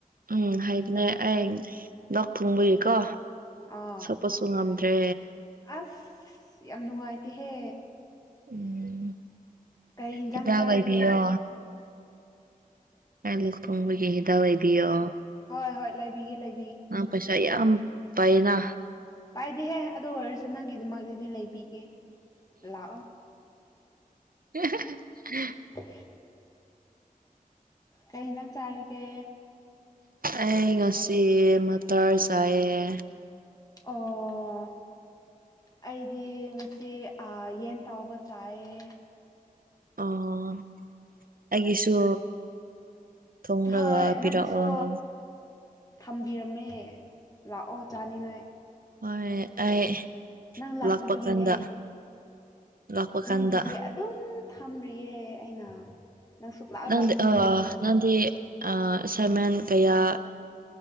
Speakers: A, on the right (about 75°); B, on the left (about 25°).
A: ꯎꯝ ꯍꯥꯏꯕꯅꯦ ꯑꯩ ꯂꯣꯛ ꯊꯨꯡꯕꯒꯤꯀꯣ
B: ꯑꯥ
A: ꯁꯛꯄꯁꯨ ꯉꯝꯗ꯭ꯔꯦ
B: ꯑꯁ ꯌꯥꯝ ꯅꯨꯡꯉꯥꯏꯇꯦꯍꯦ
A: ꯎꯝ
B: ꯀꯩ ꯍꯤꯟꯖꯥꯡ
A: ꯍꯤꯗꯥꯛ
B: ꯆꯥꯔꯒꯦ
A: ꯑꯣꯏꯕꯤꯌꯣ ꯑꯂꯨ ꯊ‌ꯣꯡꯕꯒꯤ ꯍꯤꯗꯥꯛ ꯑꯣꯏꯕꯤꯌꯣ
B: ꯍꯣꯏ ꯍꯣꯏ ꯂꯩꯕꯤꯒꯦ ꯂꯩ
A: ꯅꯪ ꯄꯩꯁꯥ ꯌꯥꯝ ꯄꯥꯏꯅ
B: ꯄꯥꯏꯗꯤꯍꯦ ꯑꯗꯨ ꯑꯣꯏꯔꯁꯨ ꯅꯪꯒꯤꯗꯃꯛꯇꯗꯤ ꯂꯩꯕꯤꯒꯦ ꯂꯥꯛꯑꯣ
A: ꯎ <unintelligible>
B: ꯎ <inaudible> ꯀꯩ ꯅꯪ ꯆꯥꯔꯤꯒꯦ
A: ꯑꯩ ꯉꯁꯤ ꯃꯇꯔ ꯆꯥꯏꯑꯦ
B: ꯑꯣ ꯑꯩꯗꯤ ꯉꯁꯤ ꯑ ꯌꯦꯟ ꯇꯥꯎꯕ ꯆꯥꯏꯌꯦ
A: ꯑꯣ ꯑꯩꯒꯤꯁꯨ ꯊꯨꯡꯂꯒ
B: ꯍꯣꯏ ꯅꯪꯒꯤꯁꯨ
A: ꯄꯤꯔꯛꯑꯣ
B: ꯊꯝꯕꯤꯔꯝꯃꯦ ꯂꯥꯛꯑꯣ ꯆꯥꯅꯤꯡꯉꯥꯏ
A: ꯍꯣꯏ ꯑꯩ
B: ꯅꯪ ꯂꯥꯛꯇꯕꯒꯤꯅꯦ
A: ꯂꯥꯛꯄ ꯀꯥꯟꯗ ꯂꯥꯛꯄ ꯀꯥꯟꯗ
B: ꯅꯪꯒꯤꯗꯤ ꯑꯗꯨꯝ ꯊꯝꯔꯤꯌꯦ ꯑꯩꯅ ꯅꯪ ꯁꯨꯛꯂꯥꯛ
A: ꯅꯪꯗꯤ
B: ꯂꯥꯛꯇꯦꯗꯅ
A: ꯑ ꯅꯪꯗꯤ ꯑ ꯑꯁꯥꯏꯃꯦꯟ ꯀꯌꯥ